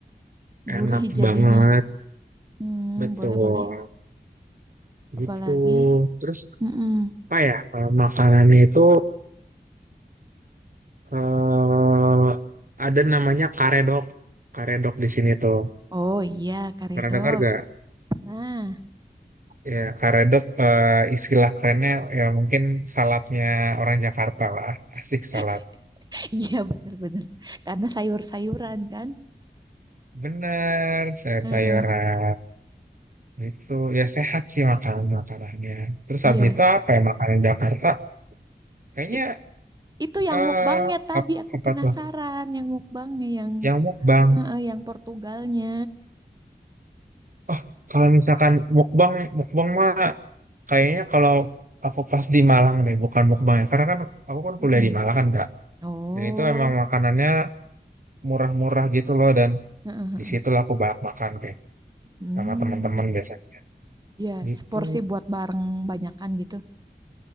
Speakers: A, on the right; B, on the right.
A: Gurih
B: enak
A: jadinya.
B: banget
A: Hmm,
B: betul
A: boleh boleh. Apalagi?
B: gitu terus
A: Mm-mm.
B: apa ya kalau makanannya itu eh ada namanya karedok karedok di sini tuh
A: Oh iya, karedok.
B: pernah dengar gak
A: Nah,
B: Ya, karedok eh, istilah kerennya ya mungkin salapnya orang Jakarta lah. Asik
A: <laughs>
B: salap.
A: iya bener-bener. Karena sayur-sayuran kan?
B: Bener, sayur-sayuran.
A: Heeh.
B: Itu ya sehat sih makanan-makanannya. Terus
A: Iya.
B: habis itu apa ya makanan Jakarta? Kayaknya
A: It- itu yang
B: eh
A: mukbangnya tadi
B: ap-
A: aku
B: apa,
A: penasaran
B: tuh?
A: yang mukbangnya yang
B: Yang mukbang.
A: heeh, yang Portugalnya.
B: Oh, kalau misalkan mukbang, mukbang mah kayaknya kalau aku pas di Malang deh, bukan mukbang ya. Karena kan aku kan
A: Mm-mm.
B: kuliah di Malang kan, Kak.
A: Oh.
B: Dan itu emang makanannya murah-murah gitu loh dan
A: Heeh, heeh.
B: di situ lah aku banyak makan kayak
A: Hmm.
B: sama teman-teman biasanya
A: Iya,
B: gitu
A: seporsi buat bareng banyakan gitu.